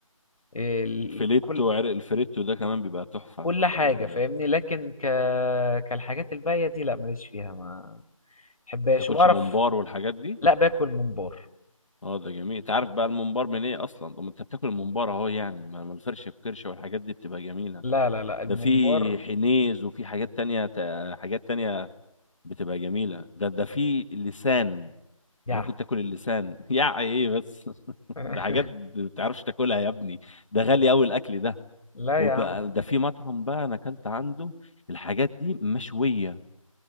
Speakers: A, on the left; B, on the left.
A: آه، ال...
B: فيليتو
A: كل
B: عرق الفريتو ده كمان بيبقى تحفة
A: كل حاجه
B: في ال...
A: فاهمني
B: ما
A: لكن ك... كالحاجات الباقيه دي لا ماليش فيها ما بحبهاش
B: تاكلش
A: وبعرف
B: ممبار والحاجات دي
A: لا باكل ممبار
B: اه ده جميل انت عارف بقى الممبار من ايه اصلا طب ما انت بتاكل الممبار اهو يعني ما ما الفرشه والكرشه والحاجات دي بتبقى جميله
A: لا لا لا الممبار
B: ده في حنيز وفي حاجات تانية تا- حاجات تانية بتبقى جميله ده ده في اللسان انت
A: يع
B: ممكن تاكل اللسان <laughs> يا ايه بس <laughs>
A: <laughs>
B: ده حاجات ما بتعرفش تاكلها يا ابني ده غالي قوي الاكل ده
A: لا
B: وبقى
A: يا عم
B: ده في مطعم بقى انا اكلت عنده الحاجات دي مشويه